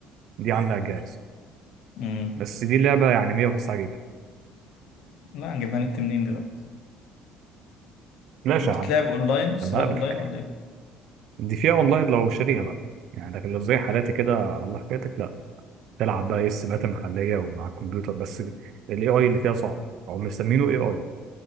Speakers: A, on the right; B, on the left.
A: دي عاملة على الجهاز
B: مم.
A: بس دي لعبة يعني 109 جيجا
B: لا هنجيبها نت منين دي بقى؟
A: بلاش
B: بتتلعب
A: يا عم
B: اونلاين سباق
A: لما أقابلك
B: اونلاين ولا ايه؟
A: دي فيها أونلاين لو شاريها بقى يعني لكن لو زي حالاتي كده على الله حكايتك لا تلعب بقى إيه السباقات المحلية ومع الكمبيوتر بس ال AI اللي فيها صعب هو مسمينه AI